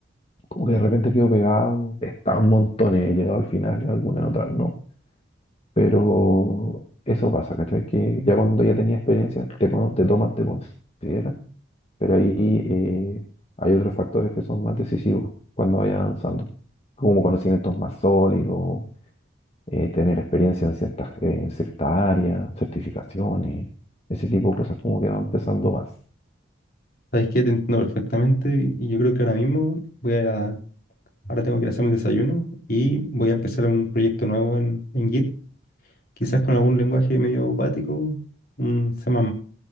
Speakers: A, on the left; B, on the left.
A: Como que de repente quedo pegado, están montones, he llegado al final y algunas otras no. Pero eso pasa, ¿cachai? Que ya cuando ya tenía experiencia, te, con- te toman, te consideran, pero ahí eh, hay otros factores que son más decisivos cuando vayas avanzando, como conocimientos más sólidos, eh, tener experiencia en ciertas, eh, en ciertas áreas, certificaciones, ese tipo de cosas como que van empezando más.
B: sabéis que te entiendo perfectamente y y yo creo que ahora mismo voy a ir a- Ahora tengo que ir a hacerme el desayuno y voy a empezar un proyecto nuevo en, en Git, quizás con algún lenguaje medio acuático, un C++.